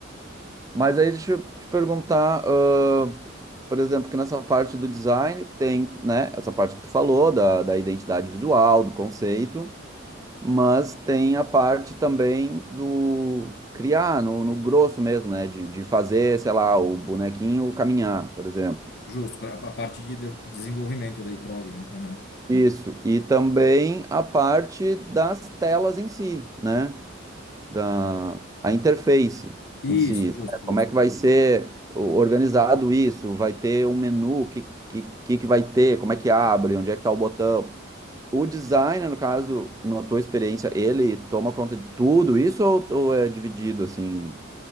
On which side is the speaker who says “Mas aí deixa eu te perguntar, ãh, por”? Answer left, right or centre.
Right